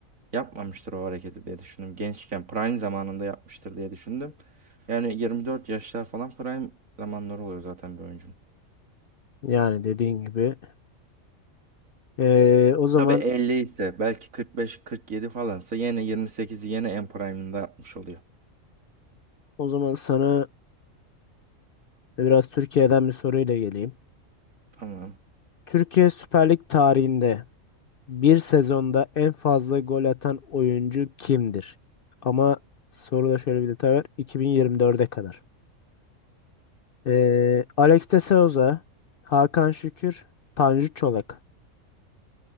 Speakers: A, on the right; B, on the left.
A: yapmamıştır o hareketi diye düşündüm. Gençken prime zamanında yapmıştır diye düşündüm. Yani 24 yaşlar falan prime zamanları oluyor zaten bir oyuncunun.
B: Yani dediğin gibi. Ee, o zaman
A: Tabii 50 ise belki kırk beş kırk yedi falansa yine 28'i yine en prime'ında yapmış oluyor.
B: o zaman sana biraz Türkiye'den bir soruyla geleyim.
A: Tamam.
B: Türkiye Süper Lig tarihinde bir sezonda en fazla gol atan oyuncu kimdir? Ama soruda şöyle bir detay var. 2024'e kadar. Ee, Alex de Souza, Hakan Şükür, Tanju Çolak.